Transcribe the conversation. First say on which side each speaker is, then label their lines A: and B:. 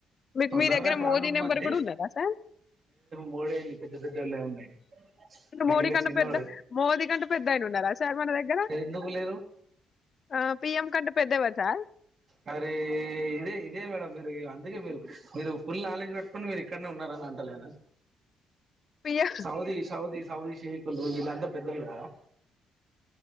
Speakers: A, on the left (about 45°); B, on the right (about 45°).
A: మీకు
B: తొందరనే
A: మీ దగ్గర
B: ప్రాబ్లమ్
A: మోదీ నెంబర్
B: పోద్ది
A: కూడా ఉన్నదా సార్
B: మోడే వి్యాల ఉన్నాయి
A: అంటే
B: ఆయన
A: మోడీ
B: ఇంకా
A: కంటే
B: చిన్నోడు
A: పెద్ద మోదీ కంటే పెద్దయిన ఉన్నారా సార్ మన దగ్గర
B: ఎందుకు లేరు
A: ఆ పిఎం కంటే పెద్దవా సార్
B: మరి ఇదే ఇదే మేడం మీరు అందుకే మీరు మీరు ఫుల్ నాలెడ్జ్ పెట్టుకుని మీరు ఇక్కడనే ఉన్నారని అంటలేనా
A: పిఎం
B: సౌదీ సౌదీ సౌది షేక్లు వీళ్ళంతా పెద్దయ్య ర